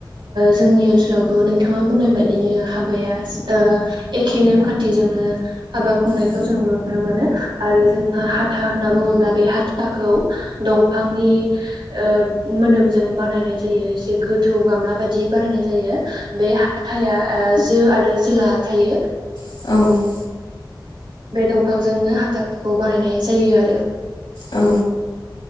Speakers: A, on the right; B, on the left.
A: जोंनि ओनसोलावबो नोंथाङा बुंनाय बायदिनो हाबाया ओ एखे नेम खाथिजोंनो हाबा खुंनायखौ
B: नुनो मोनो आरो जोंहा हाथा होनना बुङोब्ला बे हाथाखौ मोदोमजों बानायनाय जायो एसे गोथौ गामला बायदि
A: जों नुनो मोनो आरो जोंहा हाथा होनना बुङो बे हाथाखौ दंफांनि ओ मोदोमजों बानायनाय जायो एसे गोथौ गामला बायदि दि बानायनाय जायो बे हाथाया जो आरो जोला थायो
B: जायो जोंहा समा
A: बे दंफांजोंनो हाथाखौ बानायनाय जायो आरो
B: औ